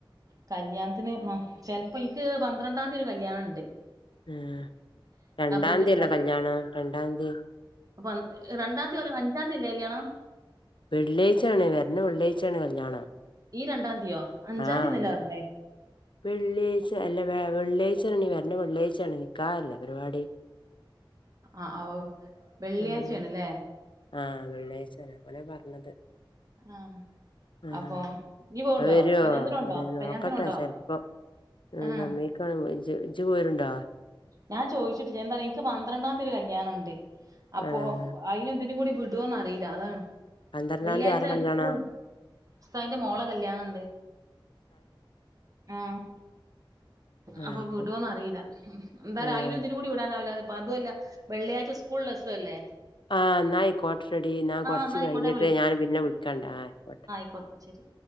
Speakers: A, on the right; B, on the left.
A: കല്യാണത്തിന് മം ചെൽപ്പം ഇക്ക് പന്ത്രണ്ടാന്തൊരു കല്യാണെണ്ട്
B: ഏഹ് രണ്ടാന്ത്യ
A: ഇന്റെ
B: അല്ലെ കല്യാണം രണ്ടാന്തി
A: അപ്പം രണ്ടാന്ത്യാവൂല്ല അഞ്ചാന്തി അല്ലെ കല്യാണം
B: വെള്ളിയാഴ്ചാണ് വര്ണ വെള്ളാഴ്ചേണ് കല്യാണം
A: ഈ രണ്ടാംന്ത്യോ അഞ്ചാന്തീന്നെല്ലേ
B: ആഹ്
A: അർഞ്ഞേ
B: വെള്ളിയാഴ്ച അല്ല വെ വെള്ളിയാഴ്ചെ ഞി വെര്ണ വെള്ളിയാഴ്‌ചെണ് നിക്കാഹല്ലേ പരിപാടി
A: ആഹ് അഹ് വെള്ളിയാഴ്ചേണ്ല്ലേ
B: ആഹ് ആഹ് വെള്ളിയാഴ്‌ച്ചന്നെ അങ്ങനെ പർഞ്ഞത്
A: ആഹ്
B: ആഹ്
A: അപ്പൊ നീ പോവ്ണ്ടോ
B: അഅ് വര്യോ
A: കല്യാണത്തിനുണ്ടോ
B: വരാേന്നിനോക്കട്ടെ
A: കല്യാണത്തിനുണ്ടോ
B: ചെൽപ്പം എ്
A: ആഹ്
B: സമ്മയ് ഇക്കാണ് ജ് ഇജ് പോര്ണ്ടോ
A: ഞാൻ ചോയ്ച്ചിട്ടില്ല എന്താറിയോ ഇൻക്ക് പന്ത്രണ്ടാംന്തി ഒരു കല്യാണം ഇണ്ട് അപ്പോ
B: ആഹ്
A: അയിനും ഇതിനും കൂടി വിടാേന്നറിയില്ല അതാണ്
B: പന്ത്രണ്ടാം
A: വെള്ള്യാഴ്ച്ച
B: തീയതി ആരാ കല്യാണം
A: ഇസ്കൂള് ഉസ്താദിന്റെ മോളെ കല്ല്യാണണ്ട് ആഹ്
B: ആഹ്
A: അപ്പാെ
B: ആയിക്കോട്ടെ
A: വിടാേന്നറീല്ല ഉം എന്താറാ
B: ആഹ്
A: അയിനും ഇതിനും കൂടി വിടാനാവുല്ല അപ്പ അതും അല്ല വെള്ളിയാഴ്ച സ്കൂൾള്ള സാെല്ലേ
B: ആഹ് എന്നാ ആയിക്കോട്ടെടി ഞാൻ കൊറച്ച്
A: എന്നാ ആയിക്കോട്ടെ
B: കഴിഞ്ഞിട്ടെ ഞാൻ പിന്നെ വിളിക്കണ്ടായ് ആയ്ക്കോട്ടെ
A: അയ്ക്കോട്ടെശെരി